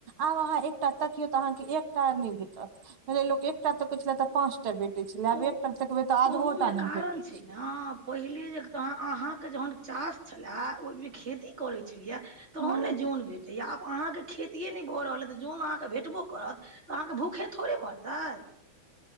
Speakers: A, on the right (about 85°); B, on the right (about 30°).
A: आब अहाँ एकटा तकियौ तऽ अहाँके एकटा नहि भेटत, पहिले लोक एकटा तकै छलै तऽ पाँच टा भेटैत छलै आब
B: ओ
A: एकटा तकबै तऽ आधो
B: ओहोमे
A: टा नहि
B: कारण
A: भेटैत छै।
B: ने पहिले जे तऽ अहाँके जहन चास छले ओहिमे खेती करे छलियए तहन
A: ह
B: ने जाॅन भेटैया आब अहाँके खेतिए नहि भऽ रहल अइ तऽ जाॅन अहाँके भेटबो करत तऽ अहाँके भूखे थोड़े मरतै।